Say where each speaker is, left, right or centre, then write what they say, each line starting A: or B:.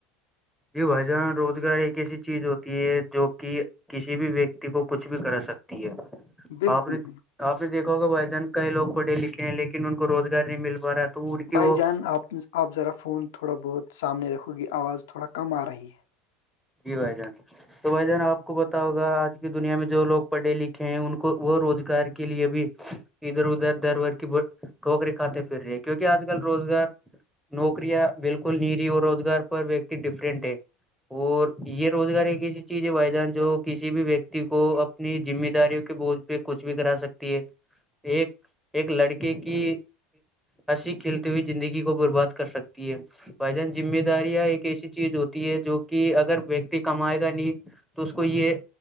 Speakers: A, in the centre; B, on the left (about 75°).
A: جی بھائی جان روزگار ایک ایسی چیز ہوتی ہے جو کہ کسی بھی ویکتی کو کچھ بھی کرا سکتی ہے
B: ہے بالکل
A: آپ نے
B: بالکل
A: آپ نے دیکھا ہوگا بھائی جان کئی لوگ پڑھے لکھے ہیں لیکن ان کو روزگار نہیں مل پا رہا تو ان کی
B: بھائی
A: وہ
B: جان آپ آپ ذرا فون تھوڑا بہت سامنے رکھو گی آواز تھوڑا کم آ رہی ہے
A: جی بھائی جان تو بھائی جان آپ کو بتاؤ ہوگا آج کی دنیا میں جو لوگ پڑھے لکھے ہیں ان کو وہ روزگار کے لیے بھی ادھر ادھر در بدر کی ٹھوکریں کھاتے پھر رہے ہیں کیونکہ آج کل روزگار نوکریاں بالکل نیری اور روزگار پر ویکتی ڈفرینٹ ہے اور یہ روزگار ایک ایسی چیز ہے بھائی جان جو کسی بھی ویکتی کو اپنی ذمہ داری کے بوجھ پہ کچھ بھی کرا سکتی ہے ایک ایک لڑکے کی ہنسی کھیلتے ہوئے زندگی کو برباد کر سکتی ہے بھائی جان ذمہ داریاں ایک ایسی چیز ہوتی ہے جو کہ اگر ویکتی کمائے گا نہیں تو اس کو یہ